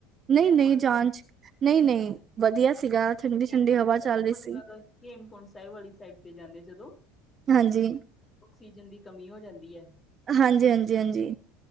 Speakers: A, on the right (about 35°); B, on the left (about 25°).
A: ਨਹੀਂ-
B: ਉੱਪਰ
A: ਨਹੀਂ ਜਾਂਚ। ਨਹੀਂ -ਨਹੀਂ ਵਧੀਆ ਸੀਗਾ, ਠੰਡੀ-
B: ਕਹਿੰਦੇ
A: ਠੰਡੀ ਹਵਾ
B: ਨਾ ਜਦੋਂ
A: ਚੱਲ ਰਹੀ
B: ਮਤਲਬ
A: ਸੀ।
B: ਹੇਮਕੁੰਟ ਸਾਹਿਬ ਵਾਲੀ ਸਾਈਡ ਤੇ ਜਾਂਦੇ ਜਦੋਂ।
A: ਹਾਂਜੀ।
B: ਆਕਸੀਜਨ ਦੀ ਕਮੀ ਹੋ ਜਾਂਦੀ ਹੈ।
A: ਹਾਂਜੀ- ਹਾਂਜੀ -ਹਾਂਜੀ।